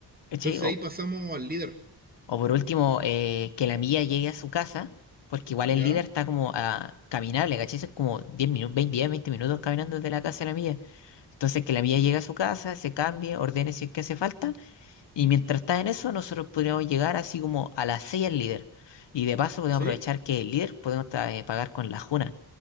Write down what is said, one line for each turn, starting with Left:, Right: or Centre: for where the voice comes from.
Left: ¿Cachai?
Right: Entonces
Left: O,
Right: ahí pasamos al líder.
Left: O por último, eh, que la milla llegue a su casa, porque igual
Right: ¿Ya?
Left: el líder está como a, caminable, ¿cachai? Son como 10 minutos, 20 10 20 minutos caminando desde la casa de la milla. Entonces, que la milla llegue a su casa, se cambie, ordene si es que hace falta, y
Right: Ujú.
Left: mientras está en eso, nosotros podríamos llegar así como a las 6 al líder. Y de paso podemos
Right: ¿Sí?
Left: aprovechar que el líder podemos tra- eh, pagar con la juna.